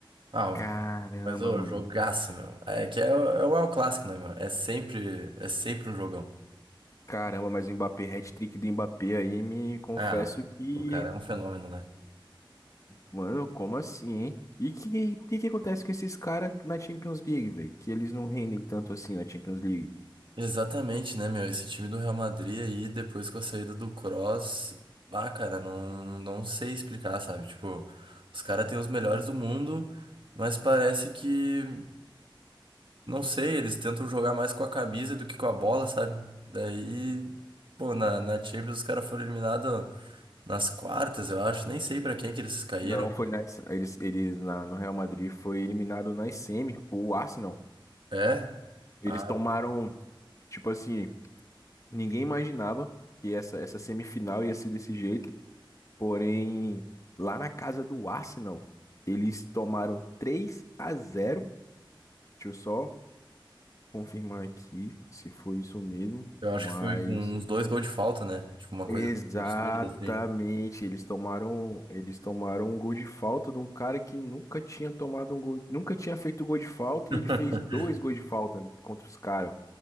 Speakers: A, on the right; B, on the left.
A: Ah,
B: Caramba,
A: mas o
B: mano.
A: jogaço, meu. É que é, o- é o El Clássico, né, meu? É sempre, é sempre um jogão.
B: Caramba, mas o Mbappé, hat-trick do Mbappé aí, me confesso
A: Ah,
B: que,
A: o cara é um fenômeno, né?
B: mano, como assim, hein? E que, o que que acontece com esses caras na Champions League, velho? Que eles não rendem tanto assim na Champions League.
A: Exatamente, né, meu? Esse time do Real Madrid aí, depois com a saída do Kroos, ah, cara, não, não sei explicar, sabe? Tipo, os caras têm os melhores do mundo, mas parece que, não sei, eles tentam jogar mais com a camisa do que com a bola, sabe? Daí, pô, na, na Champions os caras foram eliminados nas quartas, eu acho, nem sei pra quem que eles caíram.
B: Não, foi na, eles, eles na, no Real Madrid foi eliminado na semi pro Arsenal.
A: É?
B: Eles
A: Ah,
B: tomaram, tipo assim, ninguém imaginava que essa, essa semifinal ia ser desse jeito. Porém, lá na casa do Arsenal, eles tomaram três a zero Deixa eu só confirmar aqui se foi isso mesmo,
A: eu
B: mas
A: acho que foi com uns dois gols de falta, né? Tipo, uma coisa
B: exatamente,
A: absurda, assim.
B: eles tomaram, eles tomaram um gol de falta de um cara que nunca tinha tomado um gol, nunca tinha feito gol de falta
A: <laughs>
B: e ele fez dois gols de falta contra os caras.